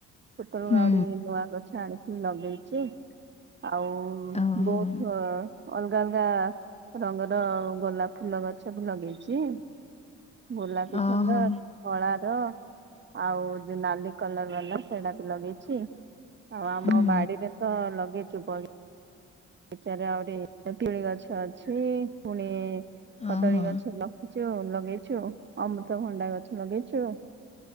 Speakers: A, on the right; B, on the left.
A: ସେତେବେଳକୁ
B: ହୁଁ
A: ଆହୁରି ନୂଆ ଗଛ ଆଣିଥିଲି ଲଗେଇଚି। ଆଉ
B: ଓହୋ
A: ବହୁତ ଅଲଗା ଅଲଗା ରଙ୍ଗର ଗୋଲାପ ଫୁଲ ଗଛ ବି ଲଗେଇଚି, ଗୋଲାପ
B: ଓହୋ
A: ସୁନ୍ଦର ଧଳା ର, ଆଉ ଯୋଉ ନାଲି କଲର ବାଲା ସେଇଟା ବି ଲଗେଇଚି ଆଉ ଆମ
B: ହୁଁ
A: ବାଡିରେ ତ ଲଗେଇଚୁ ପରି ଏଚାରେ ଆହୁରି ତେନ୍ତୁଳି ଗଛ ଅଛି, ପୁଣି କଦଳୀ
B: ଓହୋ
A: ଗଛ ଲଖିଛୁ, ଲଗେଇଚୁ, ଅମୃତଭଣ୍ଡା ଗଛ ଲଗେଇଚୁ।